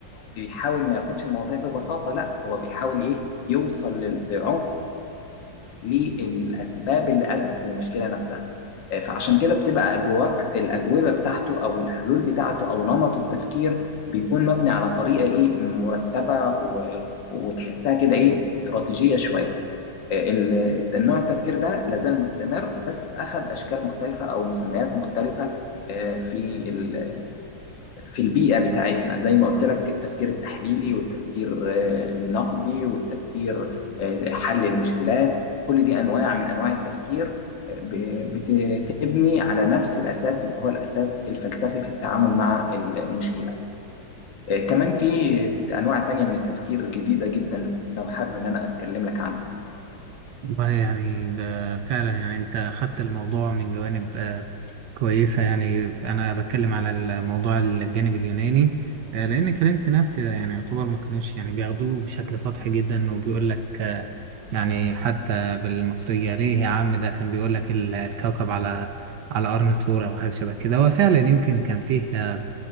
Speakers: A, on the left; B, on the right.
A: بيحاول ما ياخدش المواضيع ببساطة لا هو بيحاول ايه يوصل لل- بعمق للأسباب اللي أدت للمشكلة نفسها آه، فعشان كده بتبقى أجواب الأجوبة بتاعته أو الحلول بتاعته أو نمط التفكير بيكون مبني على طريقة ايه مرتبة و... وتحسها كده ايه استراتيجية شوية آه، ال- النوع التفكير ده لازال مستمر بس أخذ أشكال مختلفة أو مسميات مختلفة آه، في ال- في البيئة بتاعتنا زي ما قلت لك التفكير التحليلي والتفكير آه، النقدي والتفكير آه، حل المشكلات كل دي أنواع من أنواع التفكير آه، ب- بتبني على نفس الأساس اللي هو الأساس الفلسفي في التعامل مع ال- المشكلة آه، كمان في أنواع تانية من التفكير جديدة جدا لو حابب إن أنا أتكلم لك عنها
B: والله يعني ده فعلا يعني انت خدت الموضوع من جوانب آه، كويسة يعني انا بتكلم على الموضوع الجانب اليوناني آه، لان كلمت ناس يعني يعتبر ما كانوش يعني بياخدوه بشكل سطحي جدا وبيقول لك آه، يعني حتى بالمصرية ليه يا عم ده كان بيقول لك ال- الكوكب على على قرن طور او حاجة شبه كده وفعلا يمكن كان فيه آه،